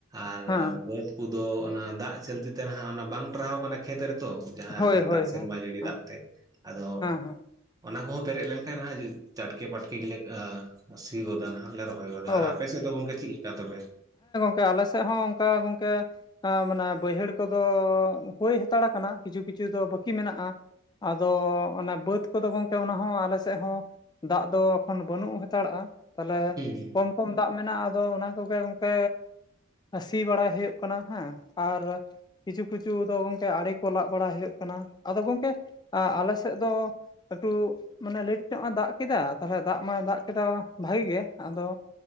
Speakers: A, on the right; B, on the left.
A: ᱟᱨ
B: ᱦᱮᱸ
A: ᱵᱟᱹᱫᱽ ᱠᱩᱫᱩ ᱚᱱᱟ ᱫᱟᱜ ᱪᱟᱹᱞᱛᱤ ᱛᱮ ᱱᱟᱦᱟᱜ ᱚᱱᱟ ᱵᱟᱝ ᱴᱟᱨᱦᱟᱣ ᱠᱟᱱᱟ ᱠᱷᱮᱛ ᱨᱮᱛᱚ᱾ ᱡᱟᱦᱟᱸ
B: ᱦᱳᱭ
A: ᱮᱱᱛᱮ
B: ᱦᱳᱭ
A: ᱫᱟᱜ ᱥᱮᱨᱢᱟ
B: ᱦᱮᱸ
A: ᱡᱟᱹᱲᱤ
B: ᱦᱮᱸ
A: ᱫᱟᱜ ᱛᱮ, ᱟᱫᱚ
B: ᱦᱮᱸ
A: ᱚᱱᱟ ᱠᱚᱦᱚᱸ ᱯᱮᱨᱮᱜ ᱞᱮᱱᱠᱷᱟᱱ ᱦᱟᱜ ᱡᱩ ᱪᱟᱴᱠᱮ ᱯᱟᱴᱠᱮ ᱜᱮᱞᱮ ᱟ ᱥᱤ ᱜᱚᱫᱟ ᱱᱟᱦᱟᱜ᱾ ᱞᱮ ᱨᱚᱦᱚᱭ ᱜᱚᱫᱟ,
B: ᱚ
A: ᱟᱨ ᱟᱯᱮ ᱥᱮᱜ ᱫᱚ ᱜᱚᱝᱠᱮ ᱪᱤᱞᱠᱟ ᱛᱚᱵᱮ?
B: ᱠᱮ ᱟᱞᱮ ᱥᱮᱜ ᱦᱚᱸ ᱚᱝᱠᱟ ᱜᱚᱝᱠᱮ ᱟ ᱢᱟᱱᱮ ᱵᱟᱹᱭᱦᱟᱹᱲ ᱠᱚᱫᱚ ᱦᱩᱭ ᱦᱟᱛᱟᱲ ᱠᱟᱱᱟ ᱠᱤᱪᱷᱩ ᱠᱤᱪᱷᱩ ᱫᱚ ᱵᱟᱹᱠᱤ ᱢᱮᱱᱟᱜᱼᱟ᱾ ᱟᱫᱚ ᱚᱱᱮ ᱵᱟᱹᱛ ᱠᱚᱫᱚ ᱜᱚᱝᱠᱮ ᱚᱱᱟ ᱦᱚᱸ ᱟᱞᱮ ᱥᱮᱜ ᱦᱚᱸ ᱫᱟᱜ ᱫᱚ ᱮᱠᱷᱚᱱ ᱵᱟᱹᱱᱩᱜ ᱦᱟᱛᱟᱲᱟᱜᱼᱟ, ᱛᱟᱦᱞᱮ
A: ᱦᱩᱸ᱾
B: ᱠᱚᱢ ᱠᱚᱢ ᱫᱟᱜ ᱢᱮᱱᱟᱜᱼᱟ ᱟᱫᱚ ᱚᱱᱟ ᱠᱚᱜᱮ ᱜᱚᱝᱠᱮ ᱥᱤ ᱵᱟᱲᱟᱭ ᱦᱩᱭᱩᱜ ᱠᱟᱱᱟ ᱦᱮᱸ, ᱟᱨ ᱠᱤᱪᱷᱩ ᱠᱤᱪᱷᱩ ᱫᱚ ᱜᱚᱝᱠᱮ ᱟᱲᱮ ᱠᱚ ᱞᱟᱜ ᱵᱟᱲᱟᱭ ᱦᱩᱭᱩᱜ ᱠᱟᱱᱟ ᱟᱫᱚ ᱜᱚᱝᱠᱮ ᱟ-ᱟᱞᱮ ᱥᱮᱜ ᱫᱚ ᱮᱠᱴᱩ ᱢᱟᱱᱮ ᱞᱮᱴ ᱧᱚᱜ ᱮ ᱫᱟᱜ ᱠᱮᱫᱟ ᱛᱟᱦᱚᱞᱮ ᱫᱟᱜ ᱢᱟᱭ ᱫᱟᱜ ᱠᱮᱫᱟ ᱵᱷᱟᱜᱮ ᱜᱮ, ᱟᱫᱚ